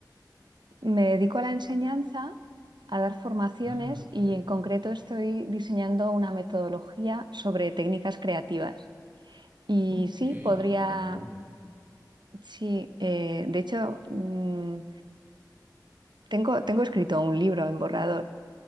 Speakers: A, on the right; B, on the right.
A: me dedico a la enseñanza, a dar formaciones
B: Ah, ok.
A: y en concreto estoy diseñando una metodología sobre técnicas creativas. Y
B: Ok,
A: sí,
B: eso
A: podría,
B: está muy bueno.
A: sí, eh, de hecho, mm, tengo, tengo escrito un libro en borrador